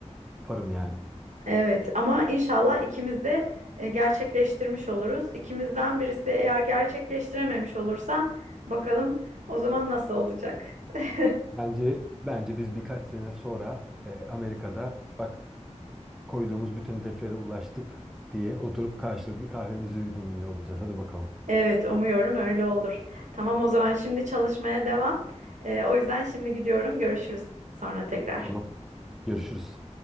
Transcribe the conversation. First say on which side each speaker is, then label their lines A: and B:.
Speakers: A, in the centre; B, on the right.
A: varım yani.
B: Evet ama inşallah ikimiz de e, gerçekleştirmiş oluruz. İkimizden birisi eğer gerçekleştirememiş olursa bakalım o zaman nasıl olacak? <laughs>
A: Bence bence biz birkaç sene sonra e, Amerika'da bak koyduğumuz bütün hedeflere ulaştık diye oturup karşılıklı kahvemizi yudumluyor olacağız. Hadi bakalım.
B: Evet umuyorum öyle olur. Tamam o zaman şimdi çalışmaya devam. E, o yüzden şimdi gidiyorum. Görüşürüz sonra tekrar.
A: Tamam. Görüşürüz.